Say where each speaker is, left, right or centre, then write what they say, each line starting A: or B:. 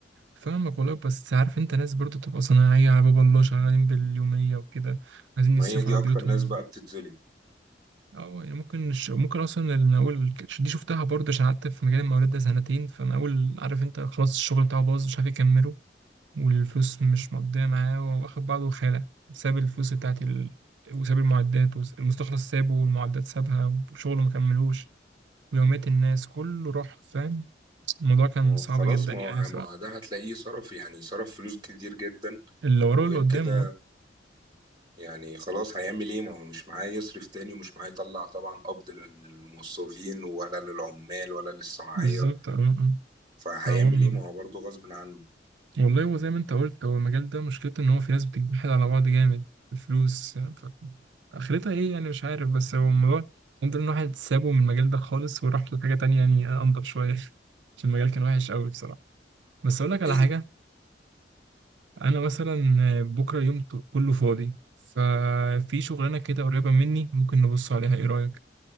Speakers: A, on the right (about 75°); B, on the right (about 25°).
A: فاهمك والله بس عارف انت ناس برضو تبقى صناعية على باب الله شغالين باليومية وكده عايزين
B: ما
A: يصرفوا
B: هي دي
A: على
B: اكتر
A: بيوتهم
B: ناس بقى بتتظلم
A: اه يعني ممكن الش- ممكن اصلا انا اول دي شفتها برضو عشان قعدت في مجال المقاولات ده سنتين فانا اول عارف انت خلاص الشغل بتاعه باظ مش عارف يكمله والفلوس مش مقضية معاه واخد بعضه وخالع ساب الفلوس بتاعت ال... وساب المعدات والمستخلص سابه والمعدات سابها وشغله مكملوش ويوميات الناس كله راح فاهم الموضوع كان
B: ما
A: صعب
B: هو خلاص
A: جدا
B: ما
A: يعني بصراحة
B: هو ما هو ده هتلاقيه صرف يعني صرف فلوس كتير جدا
A: اللي وراه
B: وغير
A: اللي قدامه
B: كده يعني خلاص هيعمل ايه ما هو مش معاه يصرف تاني ومش معاه يطلع طبعا قبض للموظفين ولا للعمال ولا للصناعية
A: بالظبط اه اه.
B: فهيعمل
A: فهو م-
B: ايه ما هو برضه غصب عنه
A: والله هو زي ما انت قلت هو المجال ده مشكلته ان هو في ناس بتجحد على بعض جامد الفلوس ف... اخرتها ايه يعني مش عارف بس هو الموضوع الحمد لله ان واحد سابه من المجال ده خالص وراح لحاجة تانية يعني انضف شوية <laughs> عشان المجال كان وحش قوي بصراحة بس اقول لك على
B: حقيقي
A: حاجة انا مثلا بكرة يوم ت- كله فاضي ففي شغلانة كده قريبة مني ممكن نبص عليها ايه رأيك